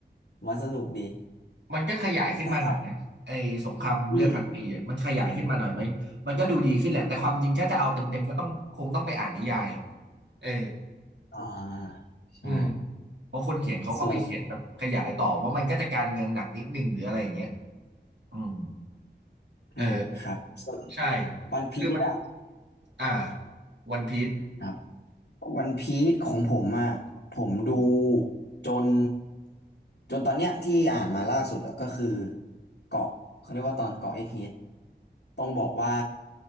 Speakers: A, on the left; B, on the right.
A: ผมว่าสนุกดี
B: มันก็ขยายขึ้นมาหน่อยนะไอ้สงครามเลือดพันปีอ่ะมันขยายขึ้นมาหน่อยมันมันก็ดูดีขึ้นแหละแต่ความจริงถ้าจะเอาเต็มๆก็ต้องคงต้องไปอ่านนิยาย
A: ถ้าอืม
B: เออ
A: อ่าใช่
B: อืมเพราะคนเขียนเขาก็ไปเขียนแบบขยายต่อเพราะมันก็จะการเมืองหนักนิดนึงหรืออะไรอย่างเงี้ย
A: ส่วน
B: อืม
A: อืมครับส่วน
B: เออใช่
A: วันพีซอะ
B: คือมันอ่าวันพีซ
A: ครับ วันพีซของผมอ่ะผมดูจนจนตอนเนี้ยที่อ่านมาล่าสุดอะก็คือเกาะเขาเรียกว่าตอนเกาะเอ็กฮิตต้องบอกว่า